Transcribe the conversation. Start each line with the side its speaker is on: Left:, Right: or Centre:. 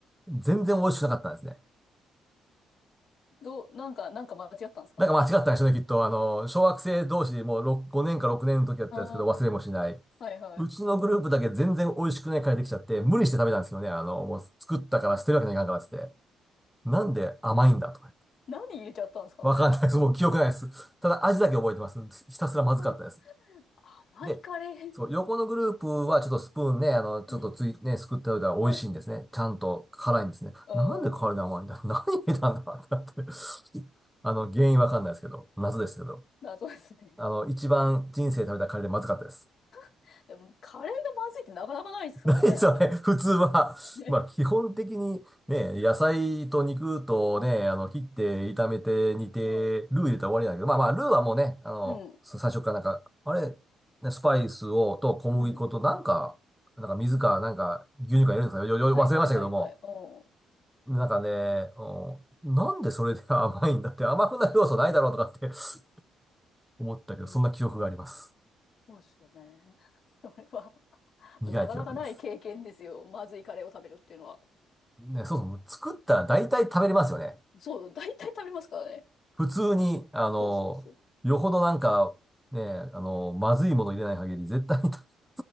Centre: 全然美味しくなかったんですね。
Left: どう、なんか、なんか間違ったんですかね。
Centre: なんか間違ったんでしょうね、きっと。あの、小学生同士でもう6 5年か6年の時だったんですけど、
Left: ああ、
Centre: 忘れもしない。
Left: はいはい。
Centre: うちのグループだけ全然美味しくないカレーできちゃって、無理して食べたんですよね。あの、もう作ったから捨てるわけにはいかんからっつって。なんで甘いんだとか言って。
Left: 何入れちゃったんですかね。
Centre: わかんないです。もう記憶ないです。ただ味だけ覚えてます。ひたすらまずかったです。
Left: そう、甘いカレー。
Centre: で、そう、横のグループはちょっとスプーンね、あの、ちょっとつい、
Left: うん。
Centre: ね、すくっておいたら美味しいんですね。
Left: はい。
Centre: ちゃんと辛いんですね。
Left: うーん。
Centre: なんで辛いで甘いんだ <laughs> 何入れたんだってなって。あの、原因わかんないですけど、謎ですけど。
Left: 謎ですね。
Centre: あの、一番人生で食べたカレーでまずかったです。
Left: <laughs> でも、カレーがまずいってなかなかないですからね。
Centre: <laughs> 何それ、普通は、
Left: ね。
Centre: まあ基本的にね、野菜と肉とね、
Left: うん。
Centre: あの、切って炒めて煮て、
Left: <laughs> はい。
Centre: ルー入れたら終わりだけど、まあまあ、ルーはもうね、あの、
Left: うん。
Centre: さ最初からなんか、あれ、ね、スパイスを、と小麦粉となんか、
Left: うん。
Centre: なんか水か、なんか牛乳か入れるんですかよ、よ、よ忘れましたけども、
Left: はいはいはいはい。う
Centre: なんかね、うんなんでそれで甘いんだって、甘くなる要素ないだろうとかって
Left: ん。<laughs>
Centre: <laughs> 思ったけど、
Left: うん、
Centre: そんな記憶があります。
Left: 確かにそうですよね。<laughs> それは <laughs>
Centre: 苦い記憶です。
Left: なかなかない経験ですよ。まずいカレーを食べるっていうのは。
Centre: ね、そうそう、作ったら大体食べれますよね。
Left: そう、大体食べますからね。
Centre: 普通に、あの、
Left: そうそうそう。
Centre: よほどなんか、ね、あの、まずいもの入れない限り絶対に <laughs>